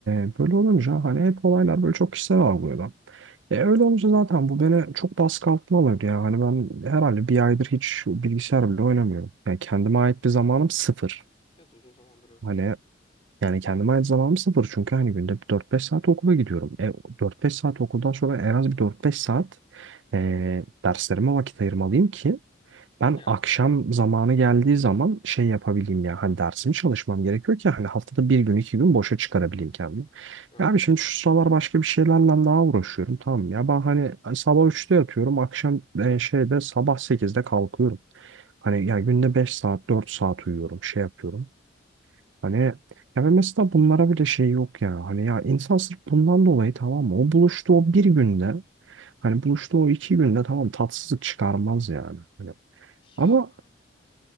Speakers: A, on the right (about 75°); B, on the left (about 30°).
A: e, böyle olunca hani hep olaylar böyle çok kişisel algılıyorlar. E öyle olunca zaten bu beni çok baskı altına alıyor ya. Hani ben herhalde bir aydır hiç bilgisayar bile oynamıyorum. Yani kendime ait bir zamanım sıfır.
B: Evet uzun zamandır yoktu.
A: Hani yani kendime ait zamanım sıfır. Çünkü hani günde bir dört beş saat okula gidiyorum. E 4-5 saat okuldan sonra en az bir dört beş saat e, derslerime vakit ayırmalıyım ki Ben
B: Yani,
A: akşam zamanı geldiği zaman şey yapabileyim ya hani dersimi çalışmam gerekiyor ki hani haftada bir gün iki gün boşa çıkarabileyim kendimi.
B: yani.
A: Ya abi şimdi şu sıralar başka bir şeylerle daha uğraşıyorum tamam mı? ya ben hani hani sabah üçte yatıyorum akşam e, şeyde sabah sekizde kalkıyorum. Hani ya günde 5 saat 4 saat uyuyorum şey yapıyorum. Hani ya ve mesela bunlara bile şey yok ya hani ya insan sırf bundan dolayı tamam mı o buluştu o bir günde Hani buluştu o iki günde tamam tatsızlık çıkarmaz yani. Hani
B: Ya
A: ama